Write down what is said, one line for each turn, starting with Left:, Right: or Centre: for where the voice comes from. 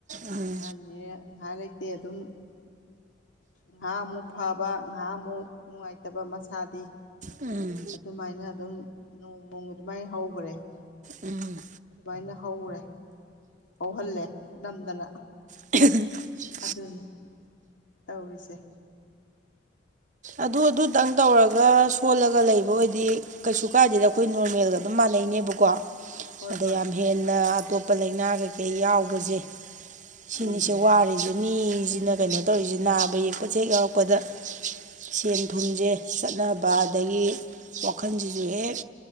Right: ꯎꯝ
Left: ꯑꯍꯟꯅꯤꯅ ꯉꯍꯥꯛ ꯂꯩꯇꯦ ꯑꯗꯨꯝ ꯉꯥꯍꯥꯛ ꯑꯃꯨꯛ ꯐꯕ ꯉꯥꯍꯥꯛ ꯑꯃꯨꯛ ꯅꯨꯡꯉꯥꯏꯇꯕ ꯃꯁꯥꯗꯤ
Right: ꯎꯝ
Left: ꯑꯗꯨꯃꯥꯏꯅ ꯑꯗꯨꯝ ꯅꯣꯡ ꯅꯣꯡꯃ ꯑꯗꯨꯃꯥꯏ ꯍꯧꯈꯔꯦ
Right: ꯎꯝ
Left: ꯑꯗꯨꯃꯥꯏꯅ ꯍꯧꯒꯔꯦ ꯍꯧꯍꯜꯂꯦ ꯅꯝꯗꯅ
Right: <inaudible>
Left: ꯑꯗꯨꯅꯤ ꯇꯧꯔꯤꯁꯦ
Right: ꯑꯗꯨ ꯑꯗꯨꯇꯪ ꯇꯧꯔꯒ ꯁꯣꯜꯂꯒ ꯂꯩꯕ ꯑꯣꯏꯗꯤ ꯀꯩꯁꯨ ꯀꯥꯏꯗꯦꯗ ꯑꯩꯈꯣꯏ ꯅꯣꯔꯃꯦꯜꯒ ꯑꯗꯨꯝ ꯃꯥꯟꯅꯩꯅꯦꯕꯀꯣ
Left: ꯍꯣꯏ
Right: ꯑꯗ
Left: ꯍꯣꯏ
Right: ꯌꯥꯝ ꯍꯦꯟꯅ ꯑꯇꯣꯞꯄ ꯂꯩꯅꯥ ꯀꯩꯀꯩ ꯌꯥꯎꯕꯁꯦ ꯁꯤꯅꯤꯁꯦ
Left: ꯎꯝ
Right: ꯋꯥꯔꯤꯖꯦ ꯃꯤꯖꯤꯅ ꯀꯩꯅꯣ ꯇꯧꯔꯤꯖꯦ ꯅꯥꯕ ꯌꯦꯛꯄꯁꯦ ꯍꯦꯛ ꯌꯥꯎꯔꯛꯄꯗ ꯁꯦꯟ ꯊꯨꯝꯖꯦ ꯆꯠꯅꯕ ꯑꯗꯒꯤ ꯋꯥꯈꯜꯖꯤꯖꯨ ꯍꯦꯛ